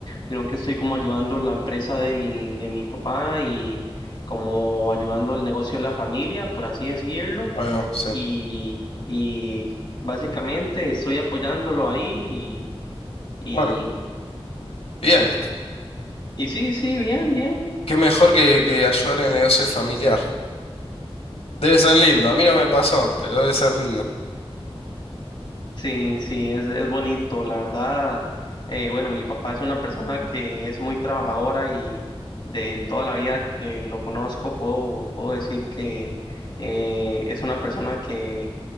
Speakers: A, on the left; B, on the left.
A: sino que estoy como ayudando la empresa de mi, de mi papá y como ayudando el negocio de la familia, por así decirlo.
B: ahí va, sí.
A: Y, y básicamente estoy apoyándolo ahí y,
B: Bueno,
A: y,
B: bien,
A: y sí, sí, bien, bien.
B: qué mejor que, que ayudar en el negocio familiar. Debe ser lindo, a mí no me pasó, pero debe ser lindo.
A: Sí, sí, es, es bonito, la verdad. eh, bueno, mi papá es una persona que es muy trabajadora y de toda la vida que lo conozco puedo, puedo decir que eh, es una persona que,